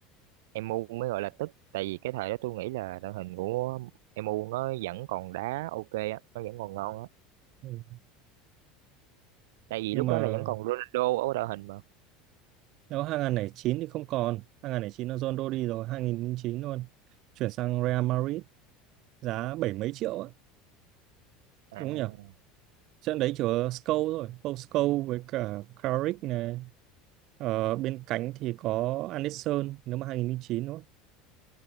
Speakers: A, on the right (about 70°); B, on the right (about 55°).
A: MU mới gọi là tức tại vì cái thời đó tôi nghĩ là đội hình của MU nó vẫn còn đá ok á nó vẫn còn ngon á
B: ừ.
A: tại vì
B: nhưng
A: lúc
B: mà
A: đó là vẫn còn Ronaldo ở đội hình mà
B: nếu 2009 thì không còn hai không không chín là Ronaldo đi rồi 2009 luôn chuyển sang Real Madrid giá bảy mấy triệu á
A: à
B: đúng không nhỉ trận đấy chỉ có Scholes rồi Paul Scholes với cả Carrick này Ờ, bên cánh thì có Anderson nếu mà 2009 nữa